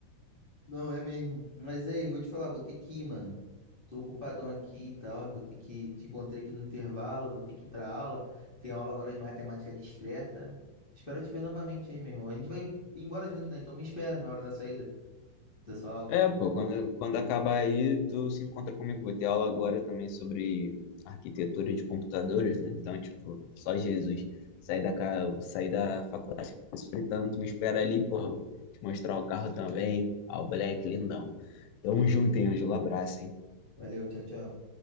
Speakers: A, on the left; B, on the left.
A: Não, é mesmo. Mas aí, vou te falar, vou ter que ir, mano. Tô ocupadão aqui e tal, vou ter que te encontrei aqui no intervalo, vou ter que ir pra aula. Tem aula agora de matemática discreta. Espero te ver novamente aí, meu irmão. A gente vai embora junto, né? Então me espera na hora da saída da sua aula.
B: É, pô, quando, quando acabar aí, tu se encontra comigo. Vou ter aula agora também sobre arquitetura de computadores, né? Então, tipo, só Jesus. Sair da, ca- sair da faculdade se fritando, tu me espera ali, porra. Te mostrar o carro também. Ó, o Black, lindão. Tamo junto, hein, Ângelo? Abraço, hein?
A: Valeu, tchau, tchau.